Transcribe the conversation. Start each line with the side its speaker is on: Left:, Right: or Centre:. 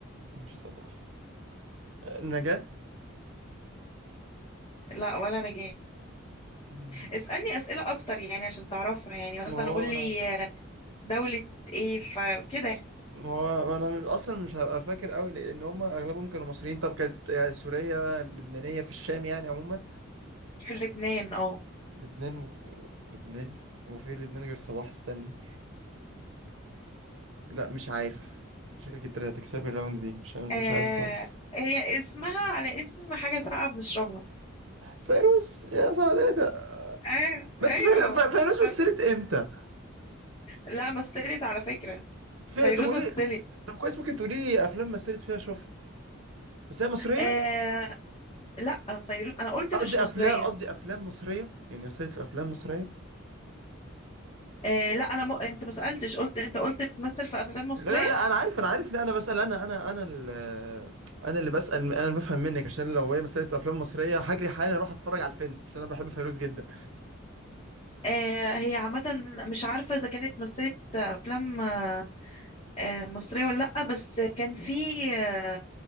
Right: مش صباح آه، نجاة
Left: لا ولا نجاة
Right: مم.
Left: اسألني أسئلة أكتر يعني عشان تعرفها يعني مثلا
Right: ما هو
Left: قول لي آه، دولة ايه فكده يعني.
Right: ما هو ما انا اصلا مش هبقى فاكر قوي لان هم اغلبهم كانوا مصريين طب كانت آه، سورية لبنانية في الشام يعني عموما
Left: في لبنان اه
Right: لبنان و... و- لبنان وفي لبنان غير صباح استني لا مش عارف شكلك انت اللي هتكسبي الراوند دي عشان انا
Left: آه،
Right: مش عارف خالص
Left: هي اسمها على اسم حاجة ساقعة بنشربها
Right: فيروز يا سعدادة
Left: ايوه
Right: بس
Left: ايوه
Right: فير... ف- فيروز
Left: ب-
Right: مثلت امتى؟
Left: لا مثلت على فكرة
Right: في...
Left: فيروز
Right: طب قولي
Left: مثلت
Right: طب كويس ممكن تقولي لي افلام مثلت فيها اشوفها بس هي مصرية
Left: آه لا فيروز انا قلت
Right: قصدي
Left: مش مصرية
Right: افلام قصدي افلام مصرية يعني مثلت في افلام مصرية
Left: آه لا انا م... انت ما سالتش قلت انت قلت بتمثل في افلام مصريه
Right: لا لا لا انا عارف انا عارف لا انا بسأل انا انا انا ال... انا اللي بسأل انا اللي بفهم منك عشان لو هي مثلت في افلام مصرية هجري حالا اروح اتفرج على الفيلم عشان انا بحب فيروز جدا
Left: آه هي عامه مش عارفه اذا كانت مثلت افلام آه آه، مصريه ولا لا بس كان في آه،